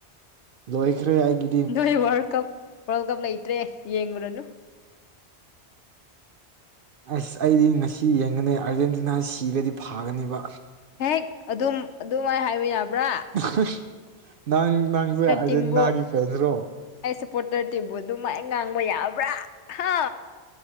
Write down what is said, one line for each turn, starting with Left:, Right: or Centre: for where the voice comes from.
Right: ꯂꯣꯏꯈ꯭ꯔꯦ ꯑꯩꯒꯤ
Left: ꯅꯣ ꯋꯥꯔꯜ ꯀꯞ ꯋꯥꯔꯜ ꯀꯞ ꯂ ꯏꯇ꯭ꯔꯦ ꯌꯦꯡꯨꯔꯅ
Right: ꯑꯁ ꯑꯩꯗꯤ ꯉꯁꯤ ꯌꯦꯡꯒꯅꯤ ꯑꯥꯔꯖꯦꯟꯇꯤꯅꯥ ꯁꯤꯔꯗꯤ ꯐꯥꯒꯅꯦꯕ
Left: ꯍꯦꯛ ꯑꯗꯨꯝ ꯑꯗꯨꯃꯥꯏ ꯍꯥꯏꯕ ꯌꯥꯕ꯭ꯔ
Right: <unintelligible> ꯅꯪ ꯅꯪꯖꯦ ꯑꯥꯔꯖꯦꯟꯅꯒꯤ
Left: ꯇꯤꯝꯕꯨ
Right: ꯐꯦꯟ <unintelligible>
Left: ꯑꯩ ꯁꯞꯄꯣꯇꯔ ꯇꯤꯝꯕꯨ ꯑꯗꯨꯃꯥꯏ ꯉꯥꯡꯕ ꯌꯥꯕ꯭ꯔ ꯍꯥ